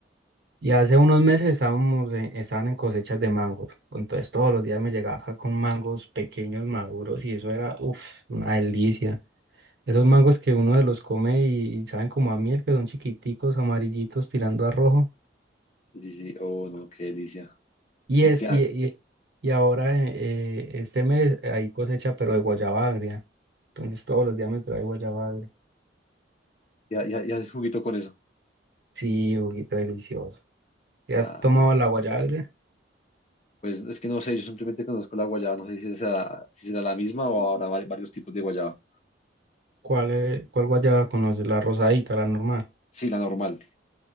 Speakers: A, on the right; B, on the left.
A: Y hace unos meses estábamos en, estaban en cosechas de mangos, entonces todos los días me llegaba acá con mangos pequeños, maduros, y eso era, uff, una delicia. Esos mangos que uno de los come y, y saben como a miel, que son chiquiticos, amarillitos, tirando a rojo.
B: Sí, sí, sí, oh, no, qué delicia.
A: Y,
B: ¿Y
A: es,
B: qué haces?
A: y, y, y ahora eh, eh, este mes hay cosecha, pero de guayaba agria. Entonces todos los días me trae guayaba agria.
B: ¿Ya, ya, ya haces juguito con eso?
A: Sí, juguito delicioso. ¿Ya
B: Ah,
A: has tomado
B: no.
A: la guayaba agria?
B: Pues es que no sé, yo simplemente conozco la guayaba, no sé si será, si será la misma o habrá va- varios tipos de guayaba.
A: ¿Cuál, eh, cuál guayaba conoces? La rosadita, la normal.
B: Sí, la normal.